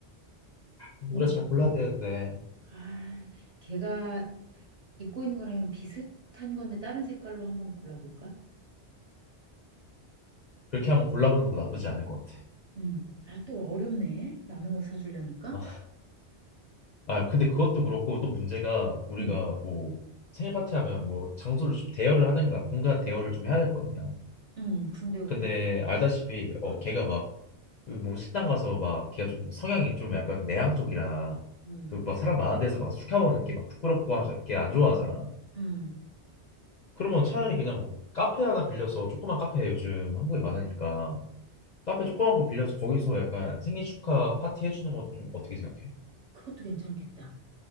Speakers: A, on the left; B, on the right.
A: 우리가
B: 그냥
A: 잘 골라야 되는데
B: 아, 걔가 입고 있는 거랑 비슷한 건데 다른 색깔로 한번 골라볼까?
A: 그렇게 한번 골라보는 것도 나쁘지 않을 것 같아.
B: 음. 아, 또 어렵네. 남의 옷 사주려니까.
A: 아, 아, 근데 그것도 그렇고 또 문제가 우리가
B: 음.
A: 뭐 생일 파티 하면 뭐 장소를 좀 대여를 하든가 공간 대여를 좀 해야 될 거 아니야.
B: 음. 근데 우리
A: 근데 알다시피
B: 없잖아.
A: 어 걔가 막 뭐 식당 가서 막 걔가 좀 성향이 좀 약간 내향 쪽이라
B: 음.
A: 그 막 사람 많은 데서 막 축하보는 이렇게 막 부끄럽고 하죠. 걔안 좋아하잖아.
B: 음.
A: 그러면 차라리 그냥 뭐 카페 하나 빌려서 조그만 카페 요즘 한국에 많으니까 카페 조그만 거 빌려서 거기서 약간 생일 축하 파티 해주는 거 좀 어떻게 생각해?
B: 그것도 괜찮겠다.